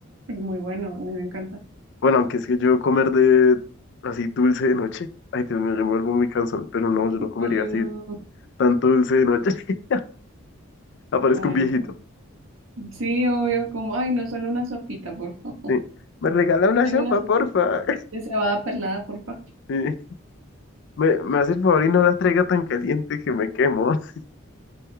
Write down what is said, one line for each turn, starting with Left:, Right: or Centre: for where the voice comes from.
Right: Es muy bueno, a mí me encanta.
Left: Bueno, aunque es que yo comer de así dulce de noche. Ay, Dios mío, yo me vuelvo muy cansón, pero no, yo no comería
Right: Ay,
Left: así
Right: no.
Left: tanto dulce de noche. <laughs> Aparezco
Right: Ay,
Left: un viejito.
Right: no. Sí, obvio, como, ay, no, solo una sopita, por favor.
Left: Sí.
Right: <laughs>
Left: ¿Me regala una
Right: Deme
Left: sopa,
Right: una sopita
Left: porfa? <laughs>
Right: de cebada perlada, por favor.
Left: Sí. Me, me hace el favor y no la traiga tan caliente que me quemo. <laughs>